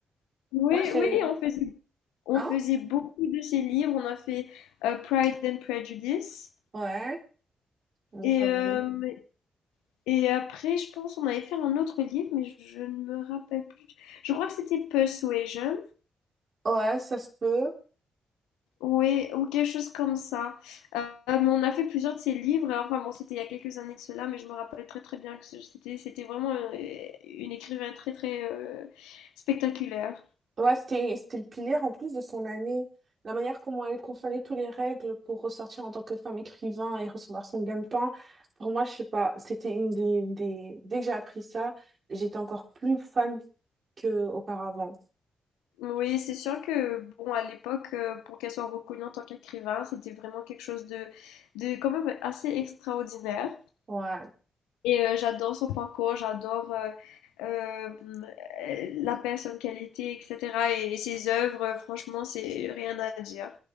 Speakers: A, on the left (about 80°); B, on the right (about 55°).
A: Oui,
B: Moi, j'ai...
A: oui, on faisait On
B: Hein?
A: faisait beaucoup de ces livres. On a fait euh, Pride and Prejudice.
B: Ouais, mon
A: Et,
B: favori.
A: euh, et après, je pense on avait fait un autre livre, mais je, je ne me rappelle plus. Je crois que c'était Persuasion.
B: Ouais, ça se peut.
A: Oui, ou quelque chose comme ça. Euh, mais on a fait plusieurs de ces livres. et Enfin bon, c'était il y a quelques années de cela, mais je me rappelle très très bien que c'était c'était vraiment euh, une écrivain très très euh, spectaculaire.
B: Ouais, c'était, c'était le pilier en plus de son année. La manière comment elle confondait toutes les règles pour ressortir en tant que femme écrivain et recevoir son gain de pain. Pour moi, je sais pas, c'était une des, des... Dès que j'ai appris ça, j'étais encore plus fan qu'auparavant.
A: Oui, c'est sûr que, bon, à l'époque, euh, pour qu'elle soit reconnue en tant qu'écrivain, c'était vraiment quelque chose de, de quand même assez extraordinaire.
B: Ouais.
A: Et euh, j'adore son parcours, j'adore euh, euh, euh, la personne qu'elle était, etc. Et, et ses œuvres, euh, franchement, c'est rien à dire.